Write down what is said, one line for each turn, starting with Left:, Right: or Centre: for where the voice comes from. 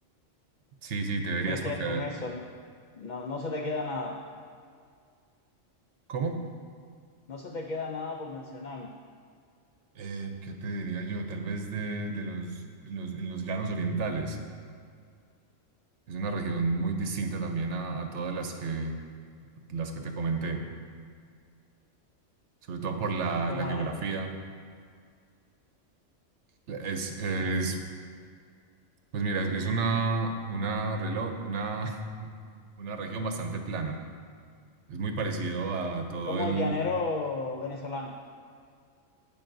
Right: sí, sí, deberías,
Left: ¿Tú crees
Right: porque.
Left: que con eso no, no, no se te queda nada?
Right: ¿Cómo?
Left: No se te queda nada por mencionarme.
Right: Eh, ¿qué te diría yo? Tal vez de, de los, los, en los llanos orientales. Es una región muy distinta también a, a todas las que, las que te comenté, sobre todo por la,
Left: ¿Y cómo
Right: la geografía.
Left: es ahí?
Right: Es, es- pues mira, es una, una, relo- una, <laughs> una región bastante plana. Es muy parecido a, a todo
Left: Como
Right: el...
Left: llanero venezolano,